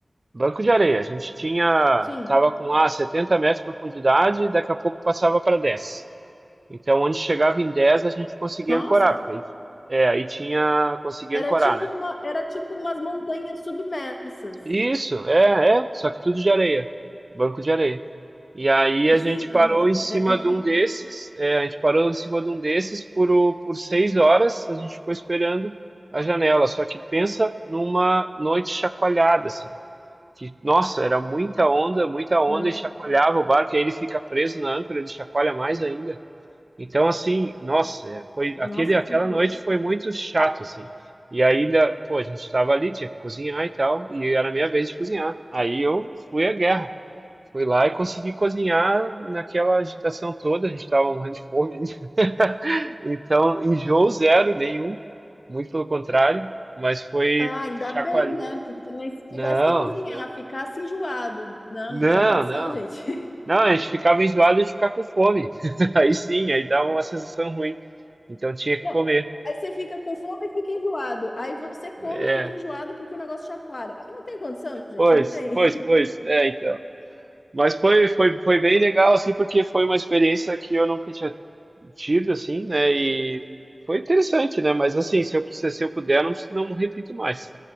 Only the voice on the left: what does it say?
Sim.
Nossa,
era
tipo
uma, era tipo umas montanhas submersas.
Sim,
mas,
é, é,
não.
Nossa,
que loucura.
Ah, ainda
bem, né? Porque também se tivesse
que cozinhar,
ficasse enjoado. Não,
não tinha condição,
gente.
Não.
Aí você fica com fome e fica enjoado. Aí você come
e fica enjoado porque o negócio chacoalha. Aí não tem condição, gente,
não tem.